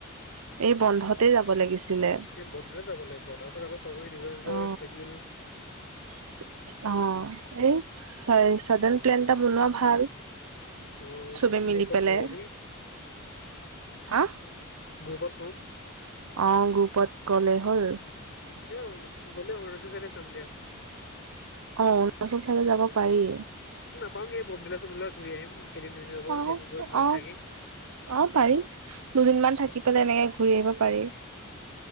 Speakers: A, on the right; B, on the left.
A: এই বন্ধতে যাব লাগিছিলে।
B: এ বন্ধতে যাব লাগিব তাৰপিছত আকৌ চবৰে নিজৰ নিজৰ
A: অ
B: চেডিউল
A: <inaudible> অ, এই চ চাডেন প্লেন এটা বনোৱা ভাল
B: অ
A: চবে মিলি
B: গ্ৰুপত
A: পেলাই
B: কম আমি
A: হা?
B: গ্ৰুপত কম।
A: অ গ্ৰুপত কলে হ'ল।
B: এ অ গ'লে হল এইটো জাগাত যাম দিয়া।
A: অ পাছত চাইলে যাব পাৰি।
B: পাং এই বমিলা - চমিলা ঘূৰি আহিম এদিন দুদিন হ'ব
A: অ
B: এদিন - দুদিন
A: অ
B: থাকি।
A: অ পাৰি, দুদিনমান থাকি পেলাই এনেকে ঘূৰি আহিব পাৰি।